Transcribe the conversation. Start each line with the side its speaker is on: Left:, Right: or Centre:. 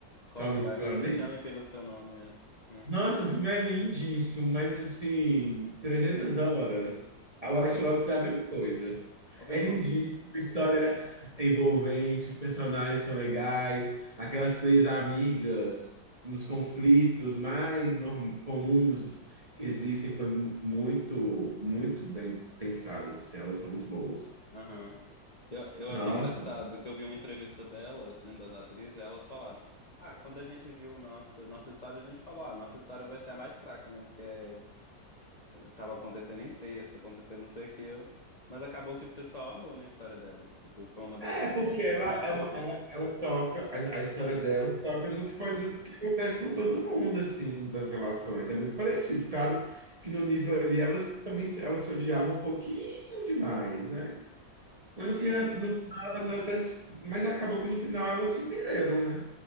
Left: Call
Right: Como
Left: me by...
Right: que é o nome?
Left: Me chame pelo seu nome, é. Hum,
Right: Nossa, o filme é lindíssimo, mas assim, 300 horas. A White
Left: é.
Right: Lotus é a mesma coisa.
Left: O pior
Right: É lindíssimo,
Left: que eu,
Right: a história é envolvente, os personagens são legais, aquelas três amigas nos conflitos mais norm- comuns que existem foi mu- muito, muito bem pensadas. Elas são muito boas.
Left: Aham. Eu, eu
Right: Nossa.
Left: acho engraçado que eu vi uma entrevista delas, né, das atrizes, e elas falaram: Ah, quando a gente viu nossa, nossa história, a gente falou: Ah, nossa história vai ser a mais fraca, né? Porque tava acontecendo incesto, acontecendo não sei o que eu. Mas acabou que o pessoal amou, né, a história delas. Tipo, foi uma das
Right: É,
Left: que
Right: porque
Left: o
Right: ela,
Left: pessoal mais gostou.
Right: é uma- ela, ela toca, a, a história dela toca no que, pode, no que acontece com todo mundo, assim, das relações. É muito parecido. Claro que no nível ali elas também se- elas se odiavam um pouquinho demais, né? Mas
Left: Sim,
Right: no final, no final elas até, se- mas acabou que no final elas se entenderam, né?